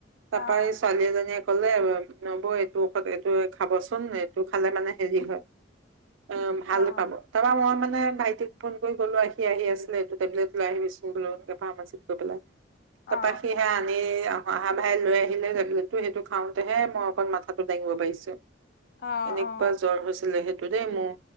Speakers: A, on the right (about 80°); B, on the left (about 55°).
A: তাৰাপৰা
B: অহ
A: ছোৱালী এজনীয়ে কলে নবৌ এইটো ঔষধ এইটোৱে খাবচোন এইটো খালে মানে হেৰি হয় অ ভাল
B: অহ
A: পাব তাৰপৰা মই মানে ভাইটিক ফোন কৰি কলো আহি সি আহি আছিলে এইটো টেবলেট লৈ আহিবিচোন বোলো এ ফাৰ্মাচীত গৈ পেলাই তাৰপৰা
B: অহ
A: সি বেয়া আনি আও অহা ভাই লৈ আহিলে টেবলেটটো সেইটো খাওঁতেহে মই অকণ মাথাটো দাঙিব পাৰিছো
B: অ
A: এনেকুৱা
B: অ
A: জ্বৰ হৈছিলে ততেই মোৰ